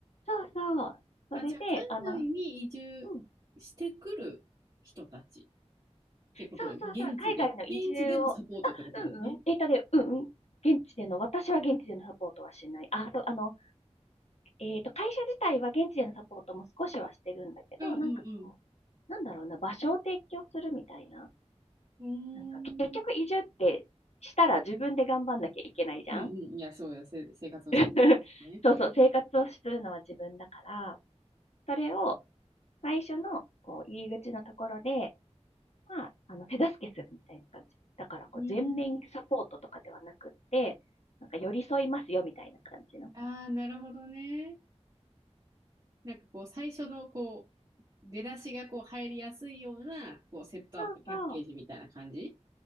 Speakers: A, on the left (about 70°); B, on the right (about 40°).
A: そうそう、それで、
B: あ、じゃあ、海外に移住してくる人たち
A: あの、うん、
B: っていうことだよね。
A: そうそうそう、
B: 現地で。
A: 海外の移住を、
B: 現地でのサポートってことだよね。
A: うんうん、えっとで、うんうん、現地での、私は現地でのサポートはしない。あ、そう、あの、えっと、会社自体は現地でのサポートも少しはしてるんだけど、
B: うんうん
A: なんかこう、なんだろうな、場所を提供するみたいな
B: うん。
A: なんか結局移住ってしたら自分で頑張んなきゃいけないじゃん。
B: うーん。うんうん。いや、そうや、せ、生活のセッ
A: <laughs>
B: トね。
A: そうそう、生活をするのは自分だから、それを最初のこう入り口のところで、まあ、あの手助けするみたいな感じ。だからこう全面サポートとかではなくって、
B: うーん。
A: なんか寄り添いますよみたいな感じの。
B: ああ、なるほどね。なんかこう、最初のこう、出だしがこう入りやすいような、こう、セットアップパッケージみたいな感じ
A: そうそう、